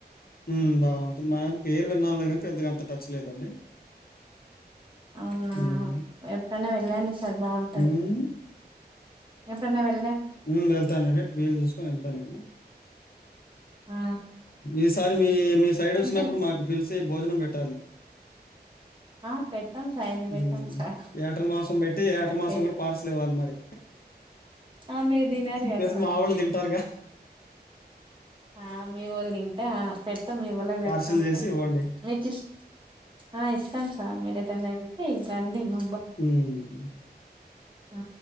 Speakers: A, on the left; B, on the right.
A: ఉమ్ బాగుంటుంది మా పేరు విన్నలేకాని కానీ పెద్దగా అంత టచ్ లేదండి
B: అవునా
A: హ్మ్.
B: ఎప్పుడైన్నా వెళ్ళండి సార్ బాగుంటది
A: హ్మ్.
B: ఎప్పుడన్న వెల్
A: ఉమ్ వెళ్తానండి వీలు చూసుకని వెళ్తాను నేను
B: ఆ
A: ఈసారి మీ మీ సైడ్ వచ్చినప్పుడు
B: ఇంకా
A: మాకు పిలిచి భోజనం పెట్టాలి
B: ఆ పెడతాం సార్ ఇది
A: ఉమ్
B: పెట్టాం సార్
A: ఏటమాసం పెట్టి, ఏటమాసం
B: పె-
A: కూడ పార్సిల్ ఇవ్వాలి మరి
B: ఆ, మీరు తినరు కదా
A: ప్లస్
B: సార్
A: మావోళ్లు తింటారుగా
B: ఆ మీవోలు తింట ఆ పెట్ మీవోలకి పెడతాం
A: పార్సెల్ చేసి
B: లే,
A: ఇవ్వండి.
B: మీకిష్ ఆ ఇష్టం సార్ మీరేటన్నయెల్ రండి మ
A: ఉమ్
B: ఆ,